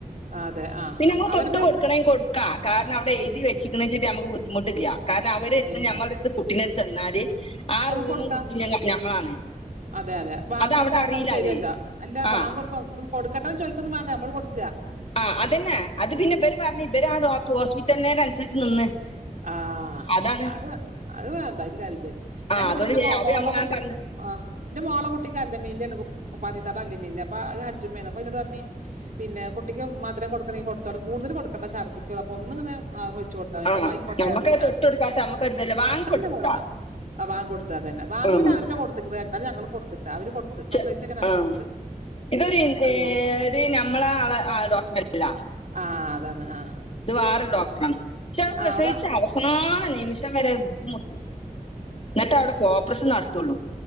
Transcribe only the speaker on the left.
പിന്നെ ന
തൊട്ട് കൊടുക്കണമെങ്ക
കൊടുക്ക കാരണം അവിടെ എഴുതി
വെച്ചക്കണ വെച്ചിട്ട് ബു മുട്ട്ല്ല്യ കാരണം അവരെട്ത്ത്
ഞമ്മളെട്ത്ത്
കുട്ടിനട് തന്നാല് ആ
റൂമും
കു. ഇ ഞങ്ങ ഞമ്മളാണ്.
അത്
അവിടെ അറിയില്ല
അവര്
ആ
ആഹ് അതെന്നെ അത് പിന്നെ ഇവര് പറഞ്ഞ് ഇവര് ആ ഡോക്ട ഹോസ്പിറ്റലിനേനുസര്ച്ച് നിന്ന്.
അതാണ്
ആ
അതോട്
ചെയ്യാം.
അവര്
നമ്മള
പറഞ്ഞു
ആ
നമ്മക്കത്
തൊട്ട്
കൊടുക്കാത്ത നമ്മക്കൊരിതല്ല വാങ്ങി
കൊടുത്തിട്ടാ
ആഹ്
ചെ
ആഹ്
ഇതൊരു ഇൻ
ഏഹ്
ഒര് ഞമ്മളെ ആഹ് ആളെ ആളെ ഡോക്ടല്ല
ത് വേറോരു ഡോക്ടറാണ് ക്ഷെ അത് പ്രസവിച്ച
അവസാന നിമിഷം വരെ നിന്നൊട്ത്ത് ന്ന്ട്ടെ അവ്ടെ ഓപ്പ്റേഷൻ നടത്തുള്ളൂ